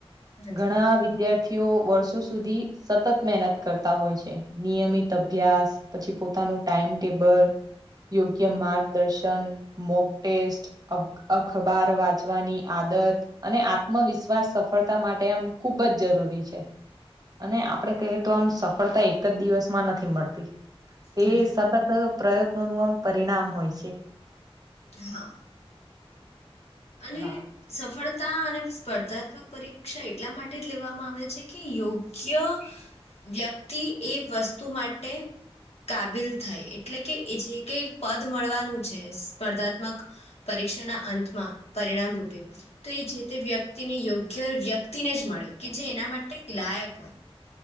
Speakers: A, on the left (about 85°); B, on the right (about 40°).
A: નથી
B: ઘણા વિ વિદ્યાર્થીઓ વર્ષો સુધી સતત મહેનત કરતા હોય છે નિયમિત અભ્યાસ પછી પોતાનું ટાઈમ ટેબલ યોગ્ય માર્ગદર્શન મોક ટેસ્ટ અખબાર વાંચવાની આદત અને આત્મવિશ્વાસ સફળ તા માટે આમ ખુબ જ જરૂરી છે અને આપડે કહીએ તો આમ સફળતા એક જ દિવસમાં નથી મળતી તે
A: ના ના
B: સતત પ્રયત્નોનું આમ પરિણામ હોય છે
A: હા અને
B: હા
A: સફળતા અને સ્પર્ધાત્મક પરીક્ષા એટલા માટે જ લેવામાં આવે છે કે યોગ્ય વ્યક્તિ એ વસ્તુ માટે કાબિલ થાય એટલે કે એ જે કઈ પદ મળવાનું છે સ્પર્ધાત્મક પરીક્ષાના અંતમાં પરિણામ રૂપે તો એ જે તે વ્યક્તિને યોગ્ય વ્યક્તિને જ મળે કે જે એના માટે લાયક હોય